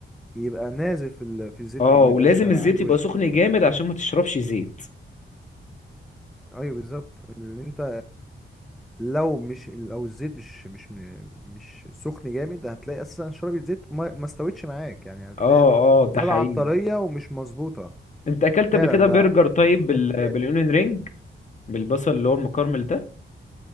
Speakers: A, in the centre; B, on the left.
A: يبقى نازل في ال... في الزيت
B: اه
A: وما
B: ولازم
A: يبقاش على
B: الزيت
A: الوش
B: يبقى سخن جامد عشان ما تشربش زيت
A: ايوه بالظبط اللي انت لو مش لو الزيت مش مش مش سخن جامد هتلاقي اساسا شربة زيت ما ما استوتش معاك يعني هتلاقي
B: اه اه ده
A: طالعه
B: حقيقي
A: طريه ومش مظبوطه
B: انت اكلت
A: فعلا
B: قبل كده
A: ده
B: برجر طيب
A: في
B: بال...
A: تكات
B: بالاونيون رينج بالبصل اللي هو المكرمل ده